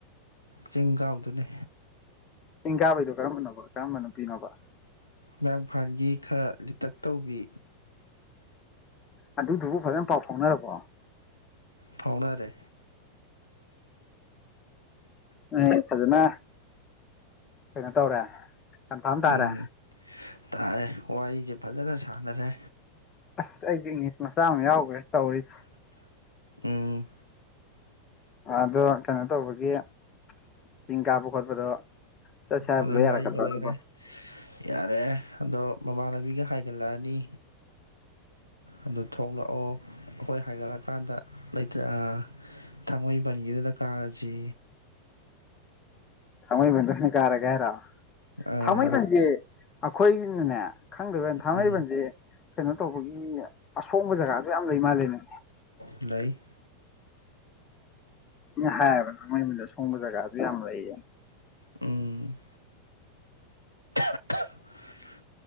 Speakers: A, on the left; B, on the left.
A: ꯆꯤꯡ ꯀꯥꯎꯗꯨꯅꯤ
B: ꯆꯤꯡ ꯀꯥꯕꯩꯗꯣ ꯀꯔꯝꯕꯅꯣ ꯀꯔꯝꯕ ꯅꯨꯄꯤꯅꯣꯕ
A: ꯃꯌꯥꯡꯐꯥꯟꯒꯤ ꯈꯔ ꯂꯤꯇꯛ ꯇꯧꯕꯤ
B: ꯑꯗꯨꯗꯨꯕꯨ ꯐꯖꯅ ꯄꯥꯎ ꯐꯥꯎꯅꯔꯕꯣ
A: ꯐꯥꯎꯅꯥꯔꯦ
B: ꯑꯦ ꯐꯖꯅ ꯀꯩꯅꯣ ꯇꯧꯔꯦ ꯀꯟꯐꯥꯔꯝ ꯇꯥꯔꯦ
A: ꯎꯝ ꯇꯥꯔꯦ ꯋꯥꯔꯤꯁꯦ ꯐꯖꯅ ꯁꯥꯟꯅꯔꯦ
B: ꯑꯁ ꯑꯩꯗꯤ ꯏꯪꯂꯤꯁ ꯃꯆꯥ ꯑꯃ ꯌꯥꯎꯈ꯭ꯔꯦ ꯇꯧꯔꯤꯁꯦ
A: ꯎꯝ
B: ꯑꯗꯣ ꯀꯩꯅꯣ ꯇꯧꯕꯒꯤ ꯆꯤꯡ ꯀꯥꯕ ꯈꯣꯠꯄꯗꯣ ꯆꯠꯁꯦꯕ
A: ꯑꯗꯨꯏ ꯋꯥꯔꯤ
B: <unintelligible> ꯌꯥꯔꯗꯣ
A: ꯂꯣꯏꯈ꯭ꯔꯦ ꯌꯥꯔꯦ ꯑꯗꯣ ꯃꯃꯥꯟꯅꯕꯤꯒ ꯍꯥꯏꯒꯠꯂꯛꯑꯅꯤ ꯑꯗꯨ ꯊꯣꯛꯂꯛꯑꯣ ꯑꯩꯈꯣꯏ ꯍꯥꯏꯒꯠꯂꯛꯀꯥꯟꯗ ꯂꯩꯇ ꯊꯥꯡꯃꯩꯕꯟꯒꯤꯗꯨꯗ ꯀꯥꯔꯁꯤ
B: ꯊꯥꯡꯃꯩꯕꯟꯗ ꯁꯨꯝ ꯀꯥꯔꯒꯦ ꯍꯥꯏꯔꯑꯣ
A: ꯑꯥ
B: ꯊꯥꯡꯃꯩꯕꯟꯁꯦ ꯑꯩꯈꯣꯏꯒꯤꯅꯅꯦ ꯈꯪꯗꯕ ꯊꯥꯡꯃꯩꯕꯟꯁꯦ
A: ꯎꯝ
B: ꯀꯩꯅꯣ ꯇꯧꯕꯒꯤ ꯑꯁꯣꯡꯕ ꯖꯒꯥꯖꯨ ꯌꯥꯝ ꯂꯩ ꯃꯥꯜꯂꯅꯦ
A: ꯂꯩ
B: ꯍꯥꯏꯌꯦꯕ ꯅꯪ ꯃꯗ ꯁꯣꯡꯕ ꯖꯒꯥꯁꯨ ꯌꯥꯝ ꯂꯩꯌꯦ
A: ꯎꯝ <unintelligible>